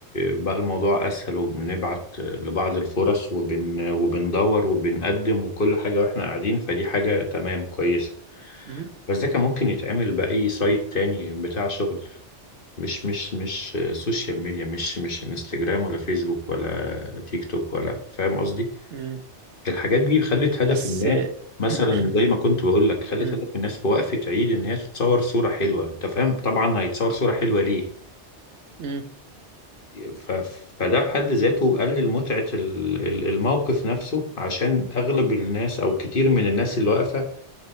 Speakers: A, on the left; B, on the right.
A: بقى الموضوع اسهل وبنبعت لبعض الفرص وبن وبندور وبنقدم وكل حاجة واحنا قاعدين فدي حاجة تمام كويسة
B: مم.
A: بس ده كان ممكن يتعمل بأي سايت تاني بتاع شغل مش مش مش سوشيال ميديا مش مش انستجرام ولا فيسبوك ولا تيك توك ولا فاهم قصدي
B: مم.
A: الحاجات دي خلت هدف
B: بس
A: الناس
B: آه،
A: مثلا
B: <clears throat>
A: زي ما كنت بقول لك خلت
B: مم.
A: هدف الناس في وقفة عيد ان هي تتصور صورة حلوة انت فاهم طبعا هيتصور صورة حلوة ليه
B: مم.
A: ف... فده بحد ذاته قلل متعة ال- ال- الموقف نفسه عشان أغلب الناس أو كتير من الناس اللي واقفة